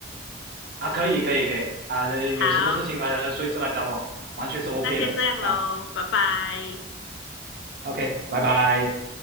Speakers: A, on the right; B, on the left.
A: 啊，可以，可以，可以啊，呃有什么事情呃随时来找我，
B: 好，
A: 完全是 OK
B: 那先这样喽，
A: 的啊
B: 拜拜。
A: ，OK，拜拜。